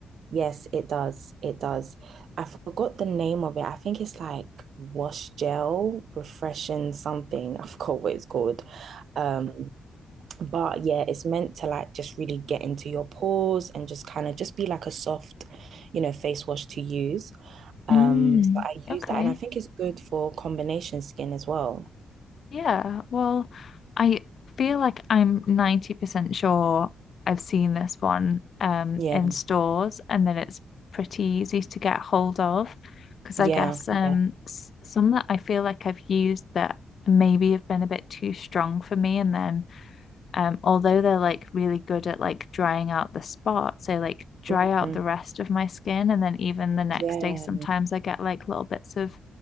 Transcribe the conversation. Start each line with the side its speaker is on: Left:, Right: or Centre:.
Right: yes, it does. It does. I forgot the name of it. I think it's like wash gel, refreshing something. <laughs> I forgot what it's called. Um, But yeah, it's meant to like just really get into your pores and just kind of just be like a soft, you know, face wash to use. Um,
Left: Mm,
Right: so I
Left: okay.
Right: use that and I think it's good for combination skin as well.
Left: Yeah. Well, I feel like I'm 90% sure I've seen this one um
Right: Yeah,
Left: in stores and then it's pretty easy to get hold of because
Right: yeah,
Left: I guess um
Right: yeah.
Left: s- some that I feel like I've used that maybe have been a bit too strong for me and then um, although they're like really good at like drying out the spots, they like dry
Right: Mhm.
Left: out the rest of my skin. And then even the next
Right: Yeah,
Left: day, sometimes I get like little bits of